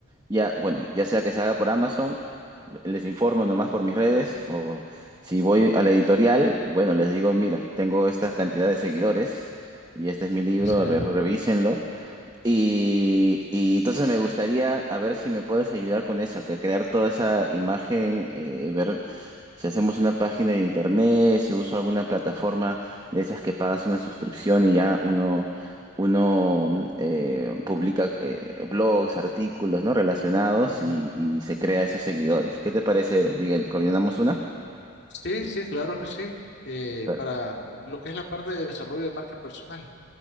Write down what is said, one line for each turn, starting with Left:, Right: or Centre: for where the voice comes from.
Right: ya, bueno, ya sea que se haga por Amazon, les informo nomás por mis redes, o si voy a la editorial, bueno, les digo, mira, tengo esta cantidad de seguidores y este es mi libro,
Left: así
Right: a
Left: es.
Right: ver, revísenlo. Y, y entonces me gustaría, a ver si me puedes ayudar con eso, que crear toda esa imagen, eh, ver si hacemos una página de internet, si uso alguna plataforma de esas que pagas una suscripción y ya uno, uno mm, eh, publica eh, blogs, artículos, ¿no? Relacionados
Left: Ujú.
Right: y, y se crea esos seguidores. ¿Qué te parece, Miguel? ¿Coordinamos una?
Left: Sí, sí, claro que sí. Eh,
Right: Pero-
Left: para lo que es la parte de desarrollo de marca personal.